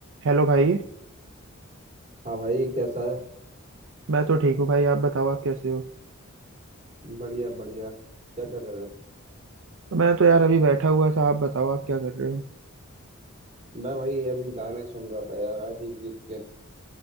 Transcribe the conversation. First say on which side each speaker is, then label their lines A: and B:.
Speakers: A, on the right; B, on the right.
A: हेलो भाई
B: हाँ भाई कैसा है
A: मैं तो ठीक हूँ भाई आप बताओ आप कैसे हो
B: बढ़िया बढ़िया क्या कर रहे थे
A: मैं तो यार अभी बैठा हुआ था आप बताओ आप क्या कर रहे हो
B: मैं भाई अभी गाने सुन रहा था यार अरिजीत के